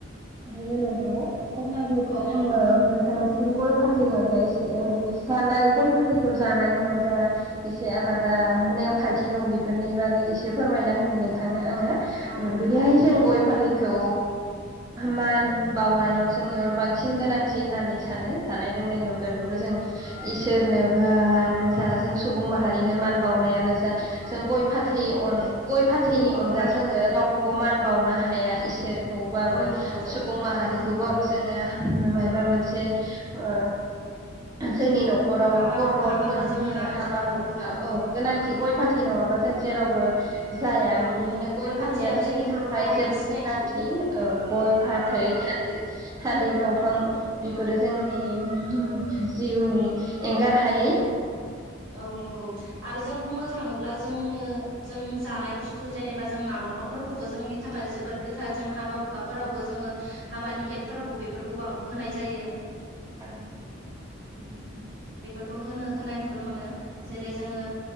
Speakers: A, on the right (about 15°); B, on the right (about 65°).
A: थारैनो नंगौ अब्लाबोथ'
B: औ
A: आङो
B: नंगौ
A: नोंथांनि उम गय फाथैनि अनगा इसे ओ जानाय गय फाथैखौ जानायनि अनगा इसे आलादा नेमखान्थि दङ बिफोरनि बागै इसे फोरमायना होनि नोंथांनो। आङो
B: औ
A: ओं बिदिहाय जों
B: नंगौ
A: गय फाथैखौ मान बावनायाव जोङो बांसिन गोनांथि होननानै सानो जानाय <unintelligible> अनगायै
B: औ
A: बेबो जों इसोरनो हो आनो जा जों सुबुं माहारिनो मान बाउनायानो जा जों गय फाथै अन गय फाथैनि
B: औ औ
A: अनगा
B: नांथारगौ
A: जोङो रावखौबो मान बाउनो हाया इसोर। थौबाबो
B: औ नंगौ
A: सुबुं माहारिखौबाबो
B: औ नंगौ
A: जोङो मायबा मोनसे ओ जोंनि न'खराव
B: हाबा
A: कर्मफोर
B: हुखाबाबो जोंनो नांगौ
A: हाबा
B: जाथारो
A: हुखा
B: नंगौ
A: औ गोनांथि गय फाथै नङाबा जों जेरावबो जाया
B: औ
A: बिदिहायनो गय फाथैया
B: फाथैयानो
A: जोंनि थाखाय
B: बर' हारिनि
A: जोबोद
B: सिनायथि
A: गोनांथि औ गय फाथै
B: औ नंगौ
A: थालिर थालिर दंफां बेफोरो
B: औ
A: जोंनि जिउनि एंगार हायै
B: औ नंगौ आरो जों बुंनो थाङोब्ला जोंनो जों जानाय बुस्थु जेनेबा जों नालखरफोरखौबो जोंनि थाखाय जोबोद गोथार जों हाबा हुखाफोरावबो जोङो हाबानि गेथ फोरावबो बेफोरखौ बां होनाय जायो
A: <inaudible>
B: खौ होनो होनाय नुनो मोनो जेरै जोङो